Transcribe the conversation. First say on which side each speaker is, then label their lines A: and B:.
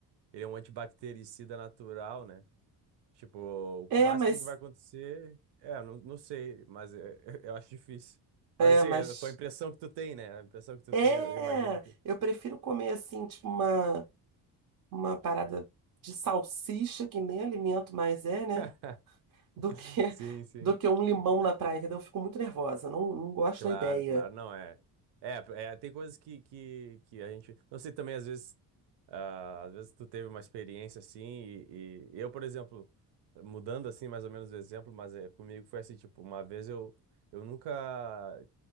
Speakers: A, on the right; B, on the right.
A: Ele é um antibactericida natural, né? Tipo,
B: É,
A: o máximo
B: mas.
A: que vai acontecer. É, eu não, não sei, mas é- <laughs> eu acho difícil.
B: É,
A: Mas assim,
B: mas.
A: a tua impressão que tu tem, né? A impressão que tu
B: É!
A: tem, eu imagino que.
B: Eu prefiro comer, assim, tipo uma, uma parada de salsicha, que nem alimento mais é, né?
A: <laughs>
B: Do que,
A: Sim, sim.
B: do que um limão na praia, entendeu? Eu fico muito nervosa. Não, não gosto
A: Claro,
B: da ideia.
A: claro. Não, é. É, é, tem coisas que, que, que a gente. Não sei também, às vezes. ah, às vezes tu teve uma experiência assim, e, e eu, por exemplo, mudando assim mais ou menos o exemplo, mas é, comigo foi assim, tipo, uma vez eu, eu nunca